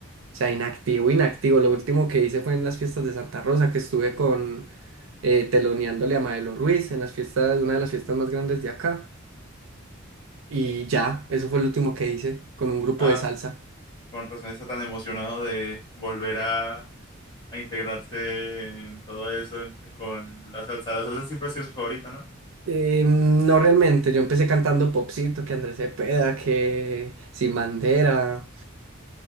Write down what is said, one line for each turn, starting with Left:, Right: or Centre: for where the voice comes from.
Right: sea, inactivo, inactivo. Lo último que hice fue en las fiestas de Santa Rosa, que estuve con eh, teloneándole a Maelo Ruiz en las fiestas, una de las fiestas más grandes de acá. Y ya, eso fue lo último que hice con un grupo
Left: Ah,
Right: de salsa.
Left: con razón está tan emocionado de volver a, a integrarse en todo eso en- con la salsa. La salsa siempre ha sido su favorita, ¿no?
Right: Eh, no realmente, yo empecé cantando popcito, que Andrés Cepeda, que Sin Bandera,